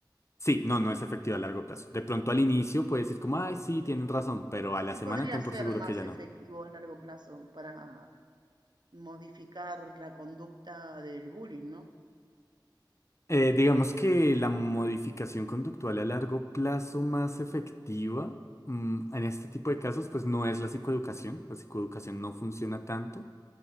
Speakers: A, on the left; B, on the right.
A: Sí, no, no es efectivo a largo plazo. De pronto al inicio puedes decir como, ay, sí, tienen razón, pero a la
B: ¿Qué
A: semana
B: podría
A: ten
B: ser
A: por seguro
B: más
A: que ya
B: efectivo
A: no.
B: a largo plazo para modificar la conducta del bullying, ¿no?
A: Eh, digamos que la modificación conductual a largo plazo más efectiva, mm, en este tipo de casos, pues no es la psicoeducación. La psicoeducación no funciona tanto.